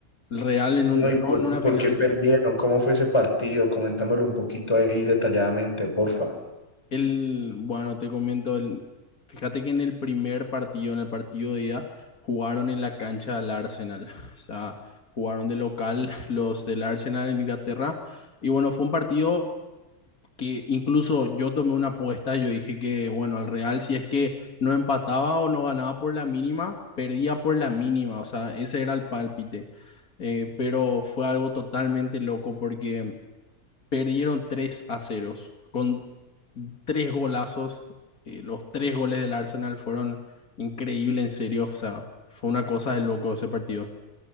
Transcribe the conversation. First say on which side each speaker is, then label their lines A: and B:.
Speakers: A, on the left; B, on the left.
A: El Real en
B: No,
A: un,
B: ¿y por,
A: no en una
B: y por
A: final,
B: qué perdieron? ¿Cómo fue ese partido? Comentámoslo un poquito ahí detalladamente, porfa.
A: El, bueno, te comento, el- fíjate que en el primer partido, en el partido de ida, jugaron en la cancha del Arsenal. <laughs> O sea, jugaron de local <laughs> los del Arsenal en Inglaterra. Y bueno, fue un partido que incluso yo tomé una apuesta. Yo dije que, bueno, el Real, si es que no empataba o no ganaba por la mínima, perdía por la mínima. O sea, ese era el pálpite. Eh, pero fue algo totalmente loco porque perdieron 3 a 0 con tres golazos. eh, los tres goles del Arsenal fueron increíbles, en serio. O sea, fue una cosa de loco ese partido.